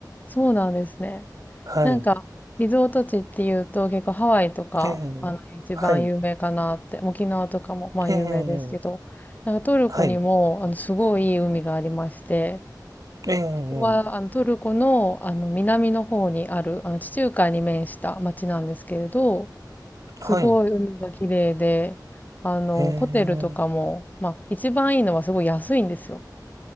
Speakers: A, on the left; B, on the right.
A: そうなんですね。
B: はい、
A: なんか、リゾート地っていうと結構ハワイとか、
B: ええはい、
A: あの、一番有名かなって、沖縄とかもまあ有名ですけど、
B: ええ
A: なんかトルコにも、
B: はい。
A: あの、すごいいい海がありまして、
B: え
A: ここは、
B: え
A: あの、トルコの、あの、南の方にある、あの、地中海に面した町なんですけれど、すごい海が綺麗で、
B: はい。
A: あの、
B: ええ。
A: ホテルとかも、まあ、一番いいのはすごい安いんですよ。